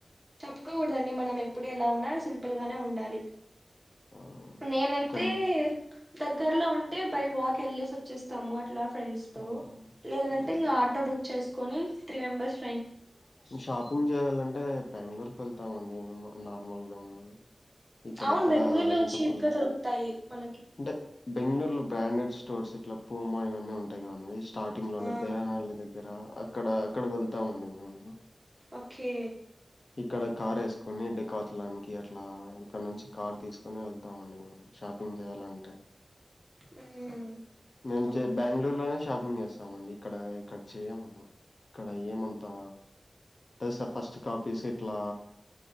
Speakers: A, on the right; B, on the left.
A: తప్పుకోకూడదండి మనం ఎప్పుడు ఎలా ఉన్నా సింపుల్ గానే ఉండాలి.
B: ఆ
A: నేనైతే
B: ఇక్కడ
A: దగ్గర్లో ఉంటే బై వాక్ ఎల్లెస్ వచ్చేస్తాము అట్లా ఫ్రెండ్స్ తో
B: ఆహా
A: లేదనంటే
B: హ్మ్
A: ఇంగ ఆటో బుక్ చేసుకొని త్రీ మెంబెర్స్
B: షాపింగ్ చేయాలంటే బెంగళూర్ వెళ్తామండి మేం నార్మల్ గా మేము ఇక్కడ
A: అవును
B: ఇక్కడ
A: బెంగళూరులో
B: అనంతపుర్
A: చీప్ గా
B: లో
A: దొరుకుతాయి మనకి
B: అంటే బెంగళూర్ లో బ్రాండెడ్ స్టోర్స్ ఇట్లా పూమా ఇవన్నీ ఉంటాయి కదన్వి స్టార్టింగ్ లోనే
A: ఆ
B: దేవనహల్లి దగ్గర అక్కడ అక్కడ వెళ్ తామండి మేము
A: ఓకే
B: ఇక్కడ కార్ ఏస్ కొన్ని డికాత్ లానికి అట్లా ఇక్కడ నుంచి కార్ తీసుకుని వెళ్తాం అండి మేము షాపింగ్ చేయాలంటే
A: మ్మ్
B: నేను
A: ఓకే
B: చె బెంగళూరు లోనే షాపింగ్ చేస్తామండి. ఇక్కడ ఇక్కడ చేయం మండి ఇక్కడ ఏమంతా దస ఫస్ట్ కాపీ షిట్ అట్లా